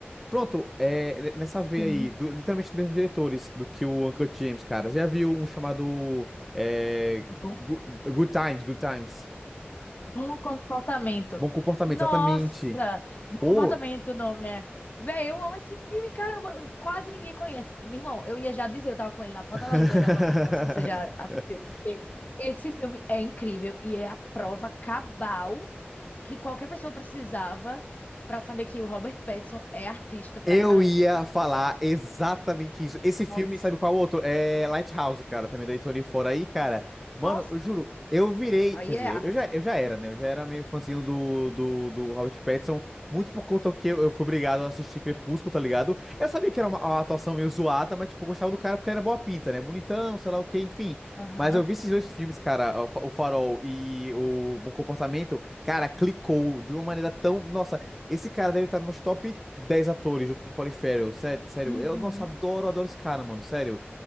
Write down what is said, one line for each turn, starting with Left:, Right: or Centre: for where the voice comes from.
Centre: Pronto, é, nessa veia
Left: Sim.
Centre: aí, do- literalmente dos mesmos diretores do que o Uncut James, cara. Já viu um chamado é,
Left: Bom,
Centre: Go- Good Times, Good Times.
Left: Bom comportamento.
Centre: Bom comportamento,
Left: Nossa,
Centre: exatamente.
Left: bom
Centre: Pô.
Left: comportamento, o nome é. Véi, eu amo esse filme, caramba, quase ninguém conhece. Meu irmão, eu ia já dizer, eu tava com ele na ponta
Centre: <laughs>
Left: da língua já pra perguntar se você já assistiu, porque esse filme é incrível e é a prova cabal que qualquer pessoa precisava pra saber que o Robert Pattinson é artista pra
Centre: Eu
Left: caramba.
Centre: ia falar exatamente isso. Esse filme,
Left: Nossa,
Centre: sabe qual outro? É Lighthouse, cara, também da Tony Fora aí, cara. Mano,
Left: nossa,
Centre: eu juro, eu virei,
Left: aí
Centre: quer dizer,
Left: é arte,
Centre: eu já,
Left: velho.
Centre: eu já era, né? Eu já era meio fãzinho do, do, do Robert Pattinson, muito por conta que eu, eu fui obrigado a assistir Crepúsculo, tá ligado? Eu sabia que era uma, uma atuação meio zoada, mas, tipo, eu gostava do cara porque ele era boa pinta, né? Bonitão, sei lá o quê, enfim.
Left: Aham.
Centre: Mas eu vi esses dois filmes, cara, o Fa- o Farol e o Bom Comportamento, cara, clicou de uma maneira tão. Nossa. Esse cara deve estar nos top 10 atores junto com o Colin Farrell. Sério, sério.
Left: Uhum.
Centre: Eu, nossa, adoro, adoro esse cara, mano. Sério.